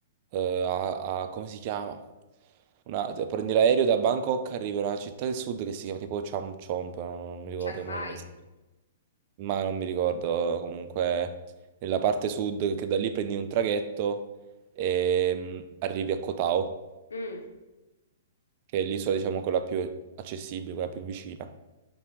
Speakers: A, on the right; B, on the left.
A: eh, a, a- come si chiama? Una- prendi l'aereo da Bangkok, arrivi a una città del sud che si chiama tipo Cham Chomp, no, no, non mi ricordo
B: Chiang
A: come
B: Mai.
A: si chiama, ma non mi ricordo comunque, nella parte sud, che da lì prendi un traghetto e mm, arrivi a Koh Tao
B: Mm.
A: che è l'isola, diciamo, quella più accessibile, quella più vicina.